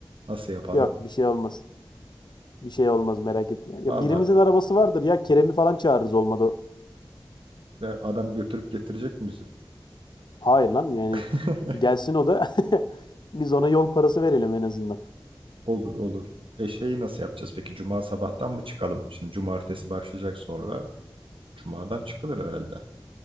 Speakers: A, on the right; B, on the left.
A: Nasıl yapalım?
B: Yok bir şey olmaz. Bir şey olmaz merak etme. Ya
A: Valla
B: birimizin arabası vardır ya Kerem'i falan çağırırız olmadı.
A: e, adam götürüp getirecek mi bizi?
B: Hayır lan yani
A: <laughs>
B: gelsin o da <laughs> biz ona yol parası verelim en azından.
A: Olur olur. E şeyi nasıl yapacağız peki? Cuma sabahtan mı çıkalım? Şimdi cumartesi başlayacak sonra. Cumadan çıkılır herhalde.